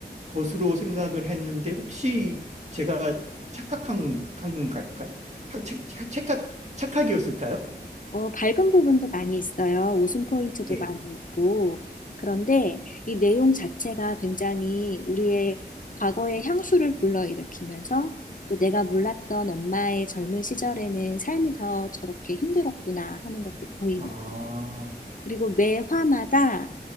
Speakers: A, on the right; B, on the left.
A: 것으로 생각을 했는데 혹시 제가 착각한 건- 한 건가? 하- 착- 착- 착각, 착각이었을까요?
B: 어, 밝은 부분도 많이 있어요. 웃음 포인트도
A: 네.
B: 많이 있고. 그런데 이 내용 자체가 굉장히 우리의 과거의 향수를 불러일으키면서 또 내가 몰랐던 엄마의 젊은 시절에는 삶이 더 저렇게 힘들었구나 하는 것도 보이면.
A: 아,
B: 서 그리고 매 화마다